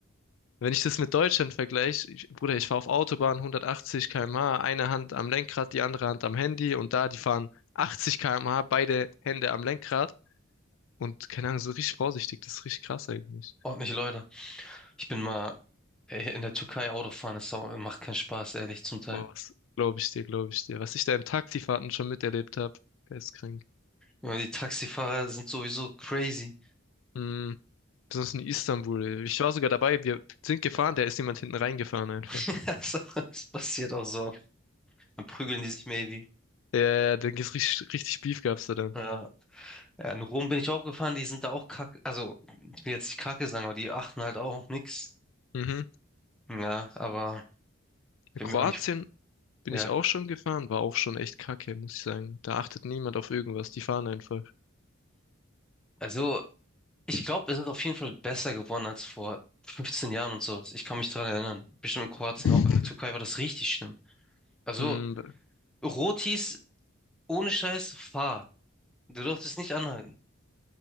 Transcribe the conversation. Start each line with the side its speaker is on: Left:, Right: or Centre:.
Left: Wenn ich das mit Deutschland vergleiche, ich, Bruder, ich fahre auf Autobahn 180 km/h, eine Hand am Lenkrad, die andere Hand am Handy und da, die fahren 80 km/h, beide Hände am Lenkrad und keine Ahnung, so richtig vorsichtig, das ist richtig krass eigentlich.
Centre: Ordentliche Leute. Ich bin mal äh, in der Türkei Autofahren, das macht keinen Spaß, ehrlich, zum Teil.
Left: Boah, was glaube ich dir, glaube ich dir. Was ich da in Taxifahrten schon miterlebt habe, geistkrank.
Centre: Immer Die Taxifahrer sind sowieso crazy.
Left: Mhm. Besonders in Istanbul. Ich war sogar dabei, wir sind gefahren, da ist jemand hinten reingefahren einfach.
Centre: <laughs> Also, das passiert auch so oft. Dann prügeln die sich maybe.
Left: Ja, da gibt's richtig, richtig Beef gab's da dann.
Centre: Ja. Ja, in Rom bin ich auch gefahren, die sind da auch kacke. Also, ich will jetzt nicht kacke sagen, aber die achten halt auch auf nichts.
Left: Mhm.
Centre: Ja, aber bin
Left: In Kroatien
Centre: mir auch nicht.
Left: bin
Centre: Ja.
Left: ich auch schon gefahren, war auch schon echt kacke, muss ich sagen. Da achtet niemand auf irgendwas, die fahren einfach.
Centre: Also, ich glaube, es ist auf jeden Fall besser geworden als vor 15 Jahren und sowas. Ich kann mich daran erinnern. Bestimmt in Kroatien
Left: <laughs>
Centre: auch. In der Türkei war das richtig schlimm. Also,
Left: Mhm.
Centre: Rotis ohne Scheiß, fahr. Du durftest nicht anhalten.